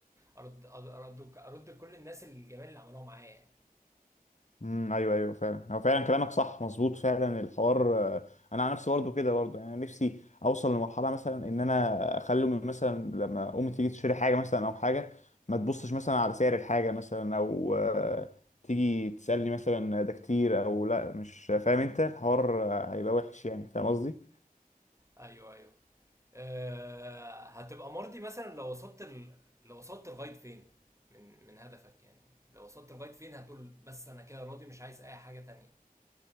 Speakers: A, on the right (about 20°); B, on the left (about 50°).
A: ارد ارد ارد كل الناس الجمال اللي عملوها معايا
B: امم ايوه ايوه فعلا هو فعلا كلامك صح مظبوط فعلا الحوار آه، انا على نفسي برضه كده برضه يعني نفسي اوصل لمرحله مثلا ان انا اخلي امي مثلا لما امي تيجي تشتري حاجه مثلا او حاجه ما تبصش مثلا على سعر الحاجه مثلا او آه، تيجي تسالني مثلا ده كتير او لا مش فاهم انت الحوار آه، هيبقى وحش يعني فاهم قصدي
A: ايوه ايوه آه، هتبقى مرضي مثلا لو وصلت ال... لو وصلت لغايه فين من من هدفك يعني لو وصلت لغايه فين هتقول بس انا كده راضي مش عايز اي حاجه تانية